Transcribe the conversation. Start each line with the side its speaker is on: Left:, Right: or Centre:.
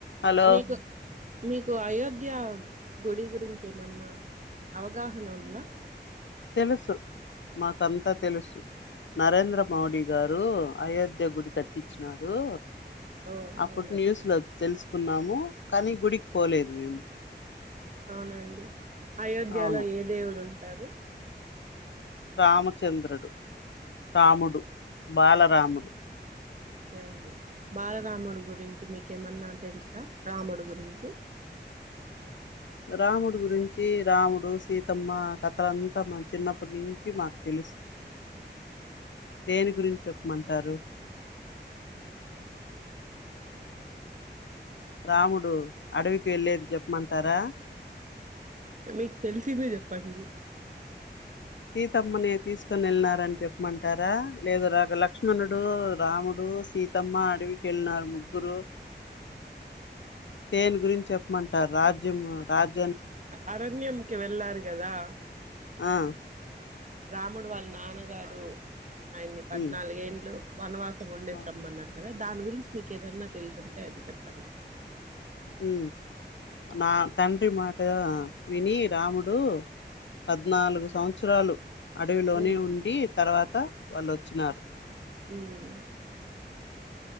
Left: hello
Right: మీకు మీకు ఆయో ద్యా గుడి గురించి ఏమన్నా అవగాహన ఉందా
Left: తెలుసు మాకంతా తెలుసు నరేంద్ర మోడీ గారు అయోధ్య గుడి కట్టించినారు
Right: ఓ
Left: అప్పుడు
Right: అవునా
Left: న్యూస్ లో తెలుసుకున్నాము కానీ గుడికి పోలేదు మేము
Right: అవునండి అయోధ్యలో
Left: అవును
Right: ఏ దేవుడు ఉంటారు
Left: రామచంద్రుడు రాముడు బాలరాముడు
Right: ఓకే అండి బాలరాముడి గురించి మీకేమన్నా తెలుసా రాముడి గురించి
Left: రాముడు గురించి రాముడు సీతమ్మ కథలంతా చిన్నప్పటి నుంచి మాకు తెలుసు దేని గురించి చెప్పమంటారు రాముడు అడవికి వెళ్ళలేది చెప్పమంటారా
Right: మీకు తెలిసింద చెప్పండి
Left: సీతమ్మని తీసుకొని వెళ్ళినారని చెప్పమంటారా లేదా రాక లక్ష్మణుడు రాముడు సీతమ్మ అడవికిెళ్ళినారు ముగ్గురు
Right: అ
Left: దేని గురించి చెప్పమంటారు రాజ్యం రాజ్య
Right: అరణ్యంకి వెళ్ళారు కదా
Left: ఆ
Right: రాముడు వాళ్ళ నాన్నగారు ఆయన్ని పద్నాలుగేంలు
Left: ఉమ్
Right: వనవాస ఉండేస్త్రమ్మ
Left: ఆ
Right: అన్నారు కదా దాని గురించి మీకు ఏదన్నా తెలుసుంటే అది చెప్పండి
Left: ఉ నా తండ్రి మాట విని రాముడు పద్నాలుగు సంవత్సరాలు అడవిలోనే
Right: ఉమ్
Left: ఉండి తర్వాత వాళ్ళుొచ్చినారు
Right: ఉమ్